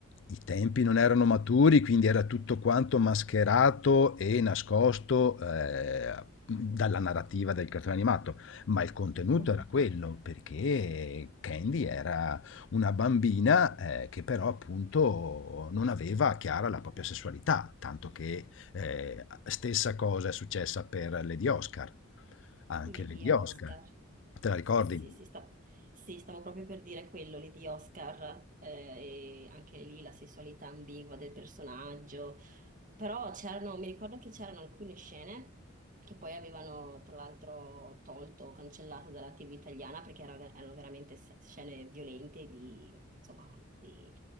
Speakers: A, on the left; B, on the right.
A: i tempi non erano maturi, quindi era tutto quanto mascherato e nascosto eh, dalla narrativa del cartone animato, ma il contenuto
B: mhm.
A: era quello, perché Candy era una bambina eh, che però appunto non aveva chiara la propria sessualità, tanto che eh, stessa cosa è successa per Lady Oscar, anche
B: Quelli
A: Lady
B: di Oscar.
A: Oscar, te la ricordi?
B: Sì, sì, sì, sta- sì, stavo proprio per dire quello lì di Oscar, eh, e anche lì la sessualità ambigua del personaggio. Però c'erano, mi ricordo che c'erano alcune scene che poi avevano tra l'altro tolto o cancellato dalla TV italiana perché era- erano veramente se- scene violente di, insomma, di